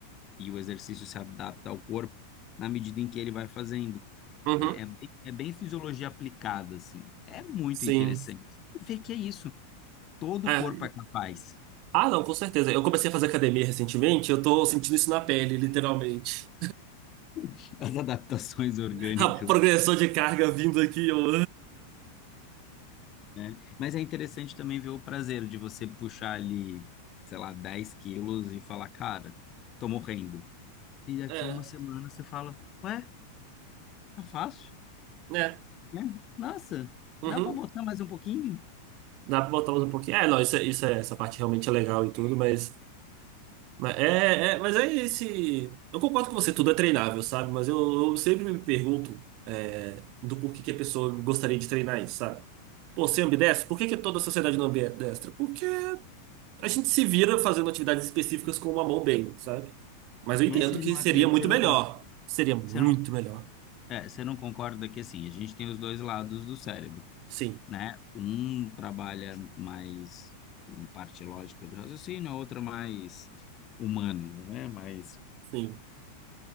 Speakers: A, on the left (about 30°); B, on the right (about 40°).
A: e o exercício se adapta ao corpo na medida em que ele vai fazendo.
B: uhum,
A: É, é bem, é bem fisiologia aplicada, assim. É muito
B: sim.
A: interessante. E Ver que é isso. Todo
B: É.
A: o corpo é capaz
B: Ah, não, com certeza. Eu comecei a fazer academia recentemente, eu tô sentindo isso na pele, literalmente.
A: <laughs> das adaptações orgânicas,
B: <laughs> A progressão de carga vindo aqui, eu... <laughs>
A: né? Mas é interessante também ver o prazer de você puxar ali, sei lá, 10 quilos e falar, cara, tô morrendo. E daqui
B: É,
A: a uma semana você fala, ué, tá fácil,
B: né?
A: né? Nossa,
B: Uhum.
A: dá pra botar mais um pouquinho?
B: Dá pra botar mais um pouquinho. É, não, isso, é- isso é, essa parte realmente é legal e tudo, mas Mas é, é- mas é esse. Eu concordo com você, tudo é treinável, sabe? Mas eu, eu sempre me pergunto é, do porquê que a pessoa gostaria de treinar isso, sabe? Pô, você é ambidestro? Por que que toda a sociedade não é ambidestra? Porque a gente se vira fazendo atividades específicas com uma mão bem, sabe? Mas eu
A: Mas
B: entendo
A: você
B: que
A: não
B: seria
A: acredita,
B: muito
A: você não,
B: melhor.
A: con-
B: Seria muito
A: você não,
B: melhor.
A: é, você não concorda que, assim, a gente tem os dois lados do cérebro.
B: Sim,
A: né? Um trabalha mais hum, parte lógica de raciocínio, a outra mais humano, né? Mais
B: sim.